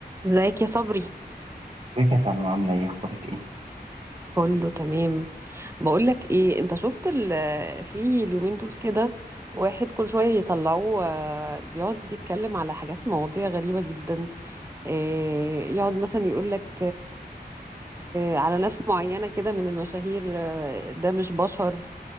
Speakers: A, on the right; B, on the right.
A: ازيك يا صبري
B: ازيك يا سلمى عاملة ايه اخبارك ايه؟
A: كله تمام بقول لك ايه انت شفت ال- في اليومين دول كده واحد كل شويه يطلعوه آه، بيقعد يتكلم على حاجات مواضيع غريبه جدا آه، يقعد مثلا يقول لك على ناس معينه كده من المشاهير آه، ده مش بشر